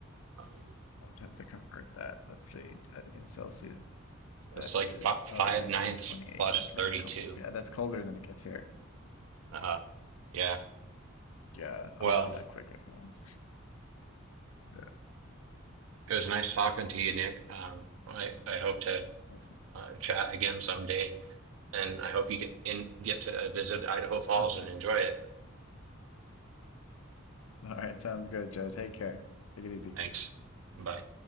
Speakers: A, on the right; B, on the left.
A: Um,
B: I would have to convert that. Let's see, that in Celsius,
A: it's
B: that
A: like
B: is,
A: fi five
B: oh yeah, negative
A: ninths
B: 28.
A: plus
B: That's really
A: 32.
B: cold. Yeah, that's colder than it gets here.
A: Uh, yeah.
B: Yeah, I'm
A: Well,
B: not that quick with things. Yeah.
A: it was nice talking to you, Nick. Um, I, I hope to
B: Awesome.
A: uh, chat again someday, and I hope you get in, get to visit Idaho Falls
B: <laughs> All right.
A: and enjoy it.
B: All right, sounds good, Joe. Take care. Take it easy.
A: Thanks. Bye.